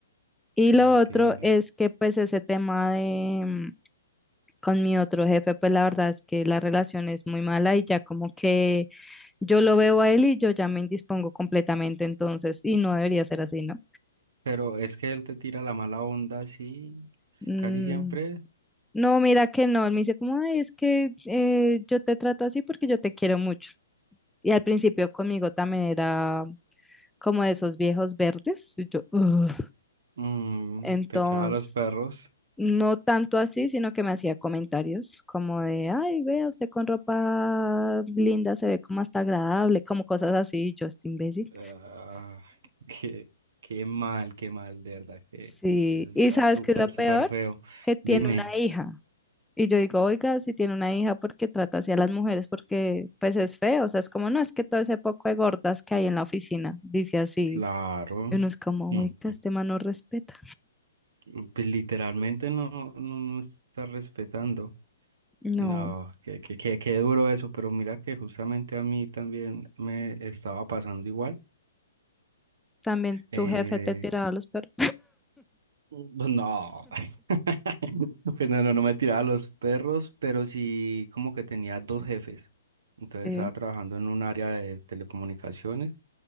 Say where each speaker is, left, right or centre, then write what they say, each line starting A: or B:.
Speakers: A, in the centre; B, on the right.
A: Y lo
B: Entiende.
A: otro es que pues ese tema de, con mi otro jefe, pues la verdad es que la relación es muy mala y ya como que yo lo veo a él y yo ya me indispongo completamente entonces y no debería ser así, ¿no?
B: Pero es que él te tira la mala onda así,
A: Mm,
B: casi siempre.
A: no, mira que no, él me dice como, ay, es que eh, yo te trato así porque yo te quiero mucho. Y al principio conmigo también era como de esos viejos verdes. y yo, "Ugh".
B: Mm,
A: Entonces,
B: te echaba a los perros.
A: No tanto así, sino que me hacía comentarios como de, ay, vea, usted con ropa linda se ve como hasta agradable, como cosas así, y yo estoy imbécil.
B: Ah, <laughs> qué, qué mal, qué mal, de verdad, que
A: Sí,
B: eso está
A: y ¿sabes
B: súper,
A: qué es lo
B: súper
A: peor?
B: feo.
A: Que tiene
B: Dime,
A: una hija. Y yo digo, oiga, si tiene una hija, ¿por qué trata así a las mujeres? Porque pues es feo, o sea, es como, no, es que todo ese poco de gordas que hay en la oficina, dice así.
B: claro,
A: Y uno es como,
B: mm,
A: oiga, este man no respeta.
B: mm, pues literalmente no, no, no está respetando.
A: No,
B: No, qué, qué, qué, qué duro eso, pero mira que justamente a mí también me estaba pasando igual.
A: también
B: Eh,
A: tu jefe te tiraba los perros.
B: no. <laughs> <laughs> Pues no, no, no me tiraba a los perros, pero sí como que tenía dos jefes. Entonces
A: Sí,
B: estaba trabajando en un área de telecomunicaciones